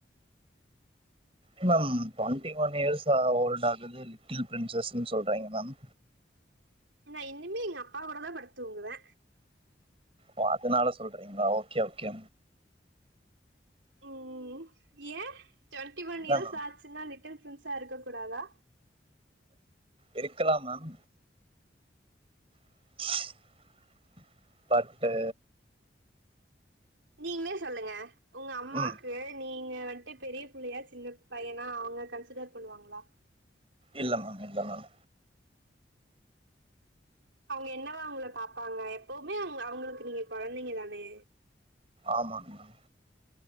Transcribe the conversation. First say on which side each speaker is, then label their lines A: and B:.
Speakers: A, on the right; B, on the right.
A: எமம் twenty one years uh old ஆகுது லிட்டில் பிரசஸ்ன்னு சொல்றிங்க மேம்
B: நா இன்னிமே எங்க அப்பாவோடதா படுத்து தூங்குவே
A: ஓ அதனால சொல்றீங்களா ஓகே ஓகே
B: உம் ஏன் டொன்டி ஒன் இயர்ஸ்
A: மேம்
B: ஆச்சுனா லிட் <unintelligible> பிண்ட்ஸா இருக்க கூடாதா
A: இருக்கலாம் மேம் உ <unintelligible> பட்டு
B: நீங்களே சொல்லுங்க உங்க அம்மாக்கு
A: ம்
B: நீங்க வன்ட்டு பெரிய பிள்ளையா சின்ன பையனா அவுங்க கன்சிடர் பண்ணுவாங்களா
A: இல்ல மேம் இல்ல மேம்
B: அவுங்க என்னவா உங்கள பாப்பாங்க எப்பவுமே அவுங்க அவுங்களுக்கு நீங்க கொழந்தைங்க தானே
A: ஆமாங் மேம்